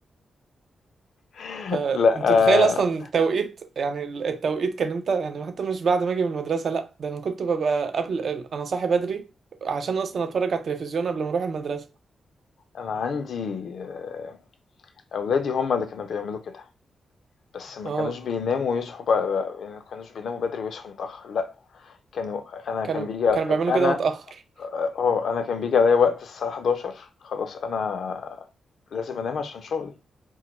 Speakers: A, on the left; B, on the right.
A: <laughs>
B: فانت
A: لا آه،
B: تتخيل اصلا التوقيت يعني التوقيت كان امتى يعني حتى مش بعد ما اجي من المدرسه لا ده انا كنت ببقى قبل انا صاحي بدري عشان اصلا اتفرج على التلفزيون قبل ما اروح المدرسه
A: انا عندي آه، اولادي هم اللي كانوا بيعملوا كده بس ما
B: اه
A: كانوش بيناموا ويصحوا بقى يعني ما كانوش بيناموا بدري ويصحوا متأخر لا كانوا انا
B: كانوا
A: كان بيجي انا
B: كانوا بيعملوا كده متأخر
A: اه انا كان بيجي عليا وقت الساعة 11 خلاص انا لازم انام عشان شغلي